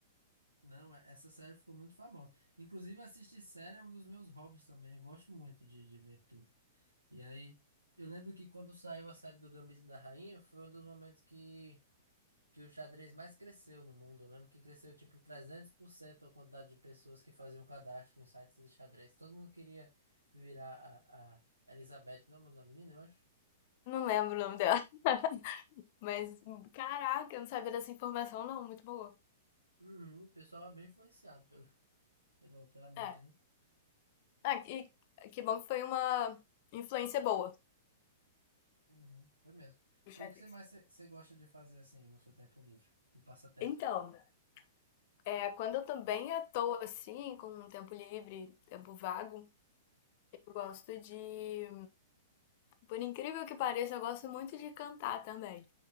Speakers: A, on the right; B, on the left.
A: Não, é- essa série ficou muito famosa. Inclusive, assistir série é um dos meus hobbies também. Eu gosto muito de, de ver tudo. E aí, eu lembro que quando saiu a série do Gambito da Rainha, foi um dos momentos que que o xadrez mais cresceu no mundo. Eu lembro que cresceu tipo 300% a quantidade de pessoas que faziam cadastro em sites de xadrez. Todo mundo queria virar a, a Elizabeth, não é o nome da menina, eu acho.
B: Não lembro o nome dela, <laughs> mas caraca, eu não sabia dessa informação, não. Muito boa.
A: Uhum, o pessoal é bem influenciado pelo, pelo, pela mídia,
B: É.
A: né?
B: Ah, e que bom que foi uma influência boa
A: Uhum, foi mesmo.
B: do xadrez.
A: E o que você mais você gosta de fazer assim no seu tempo livre, de passatempo?
B: Então, é, quando eu tô bem à toa, assim, com um tempo livre, tempo vago, eu gosto de. Por incrível que pareça, eu gosto muito de cantar também.